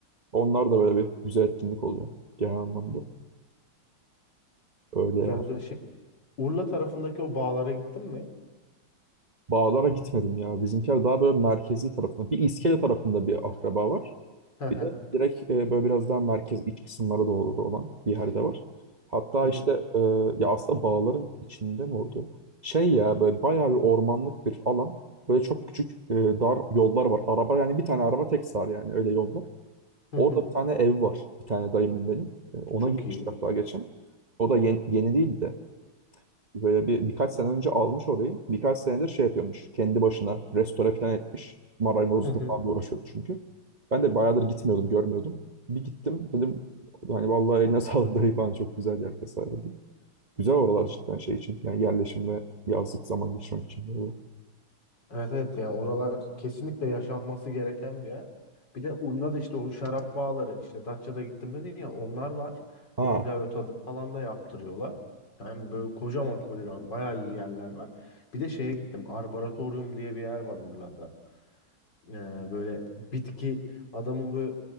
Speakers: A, on the right; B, on the left.
A: Onlar da böyle bir güzel etkinlik oluyor genel anlamda. Öyle
B: Güzel
A: ya.
B: güzel şey. Urla tarafındaki o bağlara gittin mi?
A: Bağlara gitmedim ya. Bizimkiler daha böyle merkezi tarafında. Bir İskele tarafında bir akraba var.
B: Hı hı.
A: Bir de direkt e, böyle biraz daha merkez iç kısımlara doğru olan bir yerde var. Hatta
B: Hı
A: işte
B: hı.
A: e, ya aslında bağların içinde mi oluyor? Şey ya böyle bayağı bir ormanlık bir alan. Böyle çok küçük e, dar yollar var. Araba yani bir tane araba tek sar yani öyle yollar.
B: Hı
A: Orada
B: hı.
A: bir tane ev var. Bir tane dayımın benim. E, ona
B: Çok
A: gitmiştik
B: iyi.
A: hatta geçen. O da yeni, yeni değil de Böyle bir birkaç sene önce almış orayı. Birkaç senedir şey yapıyormuş. Kendi başına restore falan etmiş. Marangozlukla
B: Hı hı.
A: falan da uğraşıyordu çünkü. Ben de bayağıdır gitmiyordum, görmüyordum. Bir gittim dedim hani vallahi eline <laughs> sağlık dayı falan çok güzel yer vesaire diye. Güzel oralar cidden şey için. Yani yerleşim ve yazlık zaman geçirmek için. böyle.
B: Evet evet yani oralar kesinlikle yaşanması gereken bir yer. Bir de Urla'da işte o şarap bağları işte Datça'da gittim dedin ya onlar var. Çok
A: Ha,
B: güzel böyle tadım falan da yaptırıyorlar. Yani böyle kocaman kocaman bayağı iyi yerler var. Bir de şeye gittim. Arboretorium diye bir yer var Urla'da. Ee, böyle bitki adamın böyle